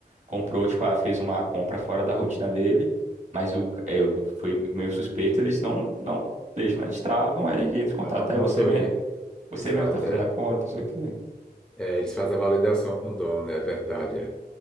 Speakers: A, on the right; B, in the centre.
A: comprou, tipo, ah, fez uma compra fora da rotina dele, mas o, ca- é, o- foi meio suspeito, eles não, não deixam, né? Eles travam, aí entra em contato.
B: A no-
A: É
B: notoria,
A: você mesmo. Você
B: exato.
A: mesmo que tá fazendo
B: É,
A: a conta, não sei o quê.
B: É, eles fazem a validação com o dono, é verdade. É,